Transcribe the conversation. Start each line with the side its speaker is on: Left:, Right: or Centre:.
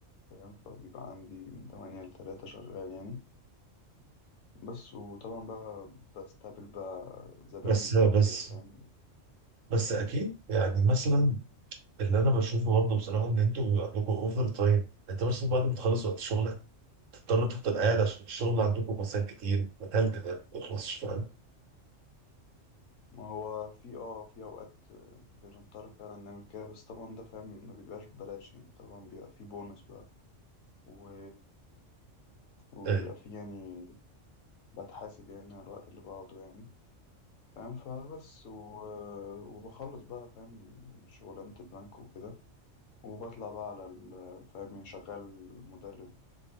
Left: فاهم فبيبقى عندي من تمانية لتلاتة شغال يعني بس وطبعا بقى بستقبل بقى زباين
Right: بس
Left: بقى
Right: بس
Left: وكده فاهم
Right: بس اكيد يعني مثلا اللي انا بشوفه برضه بصراحه ان انتوا بيبقى عندكم اوفر تايم انت مثلا بعد ما تخلص وقت شغلك تضطر تفضل قاعد عشان الشغل عندكم مثلا كتير متهل تنام ما يخلصش فاهم
Left: ما هو في اه في اوقات آه، بنضطر فعلا نعمل كده بس طبعا ده فاهم ما بيبقاش ببلاش يعني طبعا بيبقى في بونص بقى و... وبيبقى
Right: آه،
Left: في يعني بتحاسب يعني على الوقت اللي بقعده يعني فاهم فبس و... وبخلص بقى فاهم شغلانة البنك وكده وبطلع بقى على ال... فاهم يعني شغال مدرب